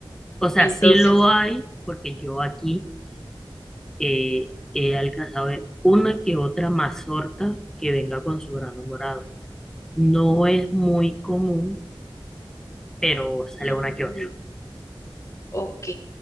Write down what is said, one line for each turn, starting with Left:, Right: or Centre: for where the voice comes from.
Centre: O sea,
Left: Entonces,
Centre: sí lo hay, porque yo aquí eh, he alcanzado a ver una que otra mazorca que venga con su grano morado No es muy común, pero sale
Left: mm,
Centre: una que otra. <laughs>
Left: ok,